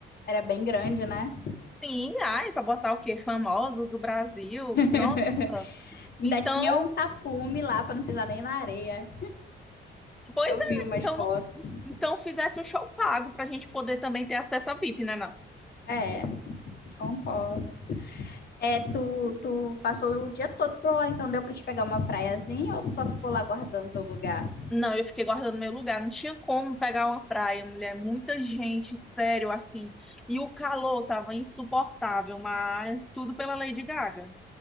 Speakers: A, on the left; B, in the centre.
A: Era bem grande, né?
B: Sim, ai, pra botar o quê? Famosos do Brasil.
A: <laughs>
B: Nossa.
A: Ainda
B: Então,
A: tinha um tapume lá pra não pisar nem na areia.
B: pois
A: Eu
B: é,
A: vi umas
B: então
A: fotos.
B: Então fizesse um show pago pra gente poder também ter acesso a VIP, né, não?
A: É, concordo. É, tu, tu passou o dia todo por lá, então deu pra te pegar uma praiazinha ou tu só ficou lá guardando teu lugar?
B: Não, eu fiquei guardando meu lugar, não tinha como pegar uma praia, mulher, muita gente, sério, assim. E o calor tava insuportável, mas tudo pela Lady Gaga.